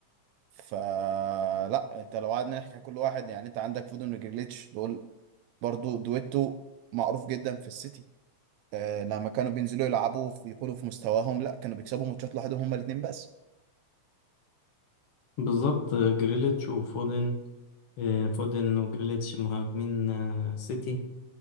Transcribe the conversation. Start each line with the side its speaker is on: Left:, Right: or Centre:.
Right: فلا انت لو قعدنا نحكي عن كل واحد يعني انت عندك فودن وجريليتش دول برضو دويتو معروف جدا في السيتي آه لما كانوا بينزلوا يلعبوا في يكونوا في مستواهم لا كانوا بيكسبوا ماتشات لوحدهم هما الاثنين بس
Left: بالظبط آه، جريليتش وفودن آه، فودن وجريليتش مهاجمين آه، سيتي